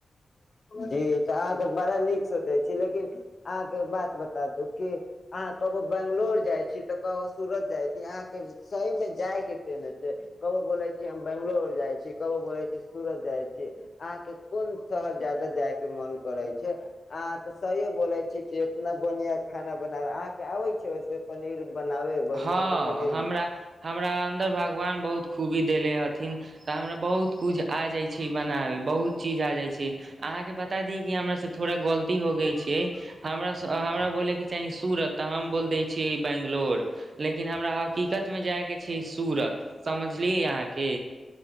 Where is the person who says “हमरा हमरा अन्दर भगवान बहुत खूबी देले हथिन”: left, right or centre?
Right